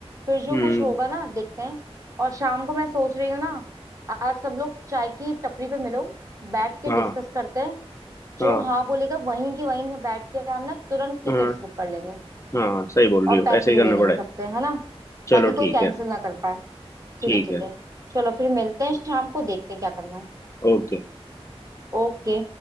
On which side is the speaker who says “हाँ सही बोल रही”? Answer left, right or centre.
Left